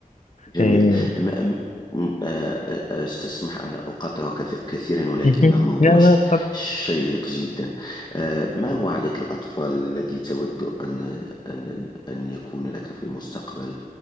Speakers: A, on the left; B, on the left.
A: جميل
B: إيه.
A: أما أم- أم- آ- آ- أستسمح أن أقاطعك كث- كثيرا ولكن
B: مهم.
A: الموضوع
B: لا
A: ش-
B: لا طب
A: شيق جدا آ، ما هو عدد الأطفال الذي تود أن أن أن يكون لك في المستقبل